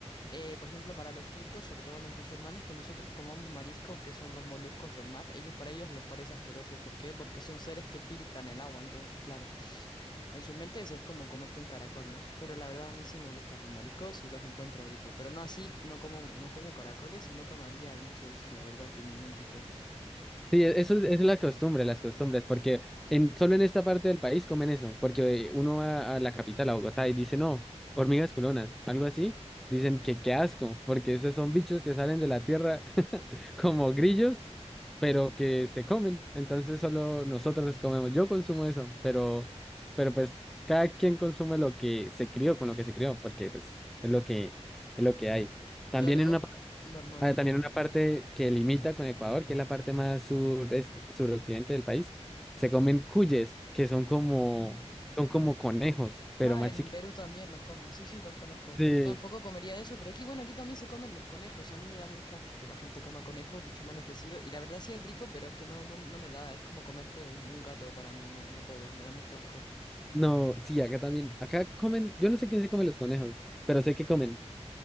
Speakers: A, on the left; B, in the centre.
A: eh, por ejemplo, para los turcos, sobre todo los musulmanes, que nosotros comamos mariscos, que son los moluscos del mar, ellos para ellos les parece asqueroso. ¿Por qué? Porque son seres que filtran el agua, entonces, claro. En sus mentes es como comerte un caracol, ¿no? Pero la verdad a mí sí me gustan los mariscos y los encuentro ricos. Pero no así, no como, no como caracoles y no comería bichos, la verdad, de ningún tipo.
B: Sí, e- eso es, es la costumbre, las costumbres, porque en, solo en esta parte del país comen eso, porque eh, uno va a la capital, a Bogotá, y dice, no, hormigas culonas, algo así, dicen que qué asco, porque esos son bichos que salen de la tierra <laughs> como grillos, pero que se comen, entonces solo nosotros los comemos, yo consumo eso, pero, pero pues cada quien consume lo que se crió, con lo que se crió, porque pues es lo que, es lo que hay. También
A: Claro,
B: en una
A: normal.
B: Ah, también una parte que limita con Ecuador, que es la parte más sur, es- suroccidente del país, se comen cuyes, que son como,
A: Mm.
B: son como conejos, pero
A: Ah,
B: más
A: en
B: chiquitos.
A: el Perú también los comen, sí, sí, los conozco.
B: Sí,
A: Yo tampoco comería de eso, pero aquí, bueno, aquí también se comen los conejos. A mí me da mucho asco que la gente coma conejos, de hecho me han ofrecido. Y la verdad sí es rico, pero es que no, no, no me da, es como comerte un, un gato para mí, no, no puedo, me da mucho asco.
B: No, sí, acá también, acá comen, yo no sé quién se come los conejos, pero sé que comen.